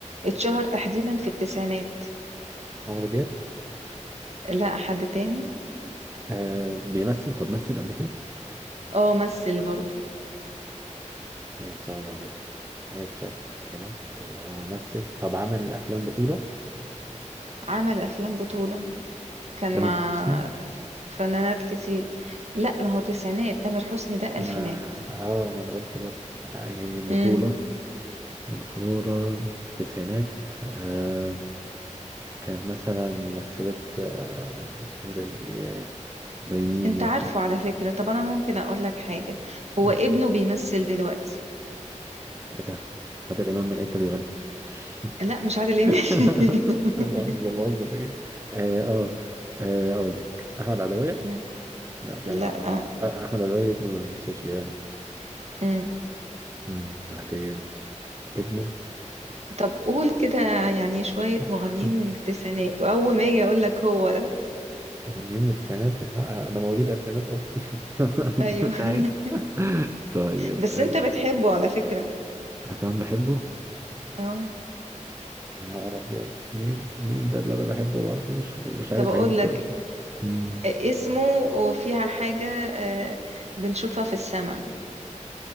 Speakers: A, on the right; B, on the right.
A: اتشهر تحديدا في التسعينات
B: عمرو دياب
A: لا حد تاني
B: آه بيمثل طب مثل قبل كده
A: اه مثل برضو
B: هي صعبة دي اه هي اتشهر في التسعينات آه هو ممثل طب عمل أفلام بطولة
A: عمل افلام بطولة كان
B: تامر
A: مع
B: حسني
A: ف- فنانات كتير لا ما هو تسعينات تامر حسني ده
B: ما
A: الفينات
B: اه ما أنا قلت برضه آه، يعني بطولة
A: امم
B: بطولة في التسعينات آه كان مثلا ممثلات آه زي آه زي مين
A: انت
B: ممثل
A: عارفه على فكرة طب انا ممكن اقول لك حاجة هو
B: آه،
A: ابنه بيمثل دلوقتي
B: ايه ده عادل إمام من انت بيغني <laughs>
A: لا مش عادل امام
B: <laughs>
A: <laughs>
B: بهزر بهزر أكيد. اه اه آه، اقول لك احمد عدوية
A: مم.
B: لا مش
A: لا
B: احمد عدوية آه، احمد عدوية ابنه بس مش بيغني
A: مم.
B: مم، بعدين ابنه
A: طب قول كده يعني شوية
B: <laughs>
A: مغنيين من التسعينات وأول ما أجي أقول لك هو ده
B: مغنيين من التسعينات لا، انا مواليد الفينات اصلا <laughs>
A: أيوه
B: مش عارف
A: <laughs>
B: طيب
A: بس
B: أز-
A: أنت بتحبه على فكرة
B: انا كمان بحبه
A: اه
B: يا نهار ابيض مين مين ده اللي انا بحبه ما اعرفه مش مش عارف
A: طب أقول
B: عيلته
A: لك
B: ولا إيه. مم.
A: اسمه وفيها حاجة آه، بنشوفها في السماء